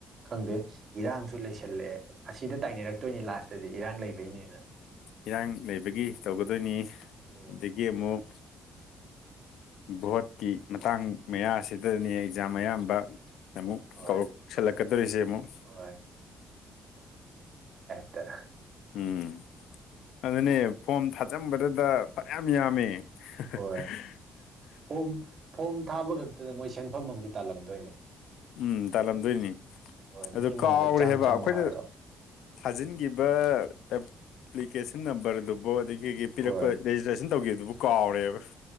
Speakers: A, on the right; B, on the left.
A: ꯈꯪꯗꯦ ꯏꯔꯥꯡꯁꯨ ꯂꯩꯁꯜꯂ‌ꯦ ꯑꯁꯤꯗ ꯇꯥꯏꯅꯔꯛꯇꯣꯏꯅꯤ ꯂꯥꯁꯇꯗꯤ ꯏꯔꯥꯡ ꯂꯩꯕꯩꯅꯦꯅ
B: ꯏꯔꯥꯡ ꯂꯩꯕꯒꯤ ꯇꯧꯒꯗꯣꯏꯅꯤ
A: ꯎꯝ
B: ꯑꯗꯒꯤ ꯑꯃꯨꯛ ꯚꯣꯠꯀꯤ ꯃꯇꯥꯡ ꯃꯌꯥ ꯑꯁꯤꯗꯅꯤ ꯑꯦꯛꯖꯥꯝ ꯑꯌꯥꯝꯕ ꯑꯃꯨꯛ
A: ꯍꯣꯏ
B: ꯀꯧꯔꯛꯁꯜꯂꯛꯀꯗꯣꯔꯤꯁꯦ ꯑꯃꯨꯛ
A: ꯍꯣꯏ ꯇ
B: ꯎꯝ ꯑꯗꯨꯅꯦ ꯐꯣꯝ ꯊꯥꯖꯕꯗꯨꯗ ꯐꯔꯌꯥꯝ ꯌꯥꯝꯃꯤ <unintelligible>
A: ꯍꯣꯏ ꯐꯣꯝ ꯐꯣꯝ ꯊꯥꯕ ꯈꯛꯇꯗ ꯃꯣꯏ ꯁꯦꯟꯐꯝ ꯑꯝ ꯇꯥꯜꯂꯝꯗꯣꯏꯅꯦ
B: ꯎꯝ ꯇꯥꯜꯂꯝꯗꯣꯏꯅꯤ
A: ꯍꯣꯏ ꯃꯤ
B: ꯑꯗꯨ
A: ꯑꯃꯃꯝꯗ
B: ꯀꯥꯎꯔꯦ
A: ꯆꯥꯝꯃ
B: ꯍꯥꯏꯕ
A: ꯆꯥꯝꯃ
B: ꯑꯩꯈꯣꯏꯅ
A: ꯍꯥꯏꯔꯣ
B: ꯊꯥꯖꯤꯟꯒꯤꯕ ꯑꯦꯄ꯭ꯂꯤꯀꯦꯁꯟ ꯅꯝꯕꯔꯗꯨꯕꯨ ꯑꯗꯒꯤ ꯄꯤꯔꯛꯄ
A: ꯍꯣꯏ
B: ꯔꯦꯖꯤꯁꯇ꯭ꯔꯦꯁꯟ ꯇꯧꯈꯤꯕꯗꯨꯕꯨ ꯀꯥꯎꯔꯦꯕ